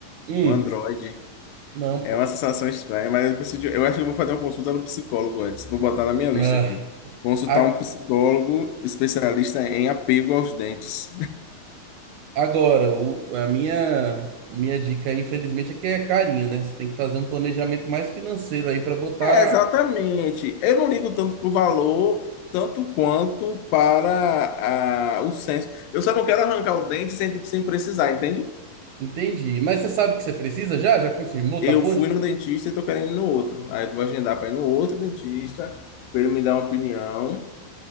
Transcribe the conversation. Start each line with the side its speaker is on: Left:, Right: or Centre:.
Right: Hum,
Left: um androide.
Right: não,
Left: É
Right: pô.
Left: uma sensação estranha, mas eu preciso, de- eu acho que eu vou fazer uma consulta no psicólogo antes. Vou botar na minha lista
Right: Ah,
Left: aqui. Consultar
Right: a-
Left: um psicólogo especialista em apego aos dentes.
Right: agora, o- a minha, minha dica aí, infelizmente, é que é carinho, né? Você tem que fazer um planejamento mais financeiro aí pra botar.
Left: É, exatamente. Eu não ligo tanto pro valor, tanto quanto para a- o senso. Eu só não quero arrancar o dente sem, sem precisar, entende?
Right: Entendi. Mas você sabe o que você precisa já? Já confirmou?
Left: Eu
Right: Tá por?
Left: fui no dentista e tô querendo ir no outro. Aí eu vou agendar para ir no outro dentista, para ele me dar uma opinião,